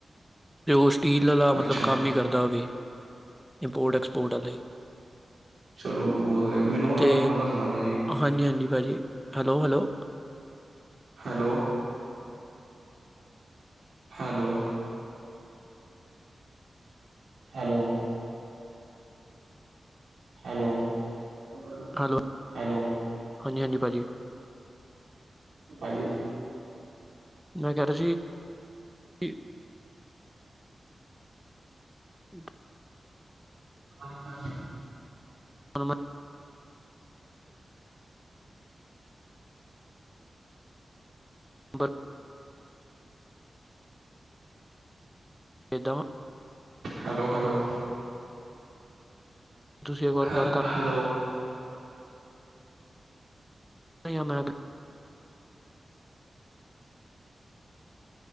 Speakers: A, in the centre; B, on the right.
A: ਰਸ਼ ਸਟੀਲ ਵਾਲਾ ਮਤਲਬ
B: ਅੱਛਾ
A: ਕੰਮ ਹੀ ਕਰਦਾ ਹੋਵੇ ਇੰਪੋਰਟ ਐਕਸਪੋਰਟ ਵਾਲੇ।
B: ਚਲੋ ਉਹ ਮੈਨੂੰ ਉਹਦਾ
A: ਤੇ
B: ਨੰਬਰ ਦੱਸਣਾ ਭਾਜੀ
A: ਹਾਂਜੀ ਹਾਂਜੀ ਭਾਜੀ, hello hello.
B: Hello. Hello. Hello. hello hello.
A: Hello ਹਾਂਜੀ ਹਾਂਜੀ ਭਾਜੀ
B: ਭਾਜੀ।
A: ਮੈਂ ਕਹਿ ਰਿਹਾ ਸੀ। ਹੂੰ।
B: ਅੱਛਾ।
A: ਹੁਣ ਮੈਂ। ਬਰ। ਇਹਦਾਂ।
B: Hello hello.
A: ਤੁਸੀਂ ਇੱਕ ਵਾਰ
B: ਹੈ
A: ਗੱਲ ਕਰ
B: ਹੈਲੋ।
A: ਨਹੀਂ ਆ ਮੈਂ